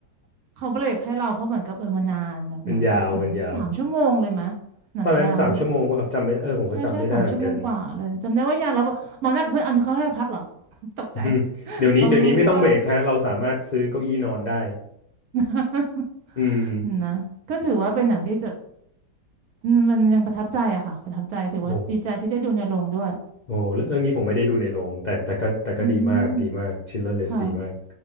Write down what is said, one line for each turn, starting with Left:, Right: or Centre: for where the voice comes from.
Right: เขาเบรกให้เราเพราะเหมือนกับเออมันนานแบบหนังหนังสามชั่วโมงเลยมะหนังยาวอยู่
Left: <laughs> มันยาวมันยาวตอนนั้นสามชั่วโมงป่ะครับจำไม่ได้เออผมก็จำไม่ได้เหมือนกัน
Right: ใช่ใช่สามชั่วโมงกว่าเลยจำได้ว่ายาเราบอกหมอหนากับเพื่อนอันนี้เขาให้พักเหรอ <laughs> ตกใจ
Left: <laughs> อืมเดี๋ยวนี้เดี๋ยวนี้ไม่ต้องเบรกฮะเราสามารถซื้อเก้าอี้นอนได้
Right: เออก็ว่า <laughs>
Left: อืม
Right: นะก็ถือว่าเป็นหนังที่จะอืมมันยังประทับใจอะค่ะประทับใจถือว่าดีใจที่ได้ดูในโรงด้วย
Left: โอ้โอ้เรื่องเรื่องนี้ผมไม่ได้ดูในโรงแต่แต่ก็แต่ก็ดีมากดีมาก
Right: อืม
Left: Schindler List
Right: ค่ะ
Left: ดีมาก